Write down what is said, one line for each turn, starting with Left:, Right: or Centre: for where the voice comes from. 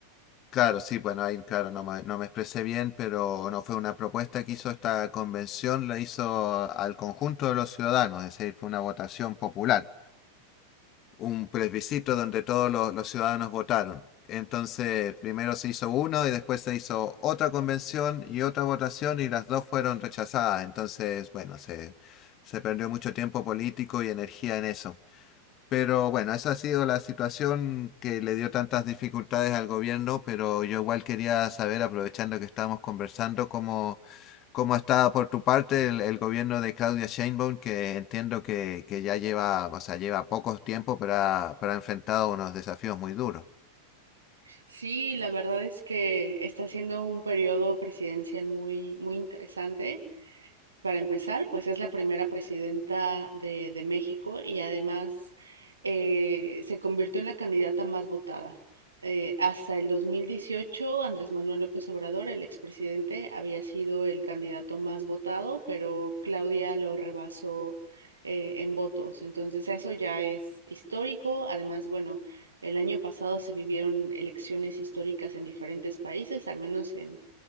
Left: Claro, sí, bueno, ahí, claro, no me, no me expresé bien, pero no fue una propuesta que hizo esta convención, la hizo al conjunto de los ciudadanos, es decir, fue una votación popular, un plebiscito donde todos los, los ciudadanos votaron. Entonces, primero se hizo uno y después se hizo otra convención y otra votación y las dos fueron rechazadas. Entonces, bueno, se, se perdió mucho tiempo político y energía en eso. Pero bueno, esa ha sido la situación que le dio tantas dificultades al gobierno, pero yo igual quería saber, aprovechando que estábamos conversando, cómo, cómo está por tu parte el, el gobierno de Claudia Sheinbaum, que entiendo que, que ya lleva, o sea, lleva pocos tiempo, pero ha, pero ha enfrentado unos desafíos muy duros.
Right: Sí, la verdad es que está siendo un periodo presidencial muy, muy interesante. Para empezar, pues es la primera presidenta de, de México y además eh, se convirtió en la candidata más votada. Eh, hasta el 2018 Andrés Manuel López Obrador, el expresidente, había sido el candidato más votado, pero Claudia lo rebasó eh, en votos. Entonces eso ya es histórico. Además, bueno, el año pasado se vivieron elecciones históricas en diferentes países, al menos en,